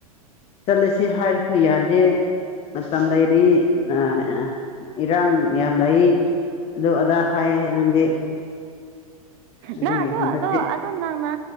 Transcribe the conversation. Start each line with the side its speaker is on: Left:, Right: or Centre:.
Left: ꯆꯂ ꯁꯤ ꯍꯥꯔꯁꯨ ꯌꯥꯅꯤ ꯃꯇꯝ ꯂꯩꯔꯤ ꯅꯥ ꯑꯥ ꯏꯔꯥꯡ ꯌꯥꯝ ꯂꯩ ꯑꯗꯨ ꯑꯗ ꯍꯥꯏꯦ ꯅꯪꯗꯤ ꯑꯗꯨꯒꯤ
Right: ꯅꯪ ꯑꯗꯨꯗꯣ
Left: ꯍꯟꯗꯛꯇꯤ
Right: ꯑꯗꯣ ꯑꯣ ꯅꯪꯅ